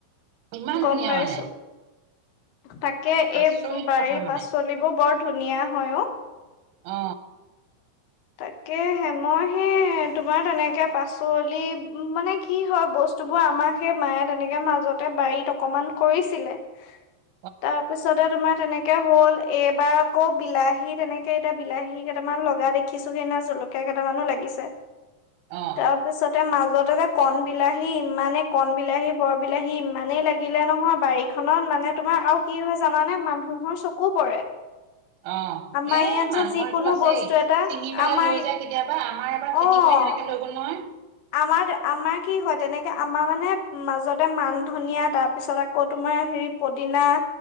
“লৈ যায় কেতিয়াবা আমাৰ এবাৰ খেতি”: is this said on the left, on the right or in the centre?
Right